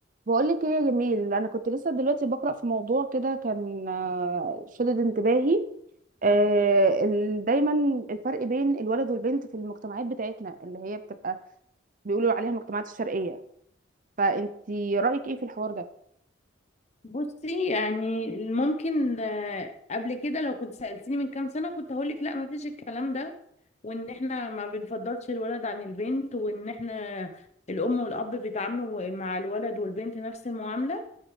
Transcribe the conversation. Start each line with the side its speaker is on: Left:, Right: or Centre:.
Right: بقولك ايه يا جميل انا كنت لسه دلوقتي بقرا في موضوع كده كان آه، شدد انتباهي آه، ال- دايما الفرق بين الولد والبنت في المجتمعات بتاعتنا اللي هي بتبقى بيقولوا عليها المجتمعات الشرقيه فانتي رايك ايه في الحوار ده
Left: بصي يعني ممكن آه، قبل كده لو كنت سألتيني من كام سنة كنت هقولك لا ما فيش الكلام ده وان احنا ما بنفضلش الولد عن البنت وان احنا الام والاب بيتعاملوا مع الولد والبنت نفس المعاملة